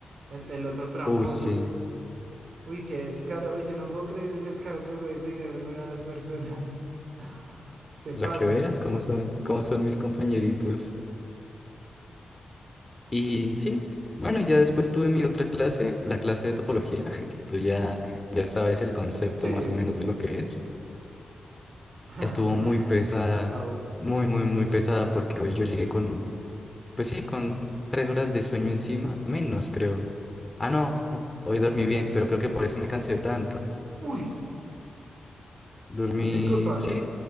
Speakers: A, on the right (about 70°); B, on the left (about 20°).
A: el, el otro tramposo.
B: uy, sí,
A: Uy, qué descaro. Uy, yo no puedo creer el descaro que puede tener algunas personas. <gasps> <sighs> Se
B: la
A: pasan.
B: que veas, cómo son, cómo son mis compañeritos. Y sí, bueno, ya después tuve mi otra clase, la clase de topología, <laughs> que tú ya, ya sabes el concepto
A: Sí.
B: más o menos de lo que es.
A: <laughs>
B: Estuvo muy pesada,
A: Au.
B: muy, muy, muy pesada, porque hoy yo llegué con Pues sí, con tres horas de sueño encima, menos creo. Ah, no, hoy dormí bien, pero creo que por eso me cansé tanto.
A: Uy,
B: Dormí,
A: disculpa.
B: sí,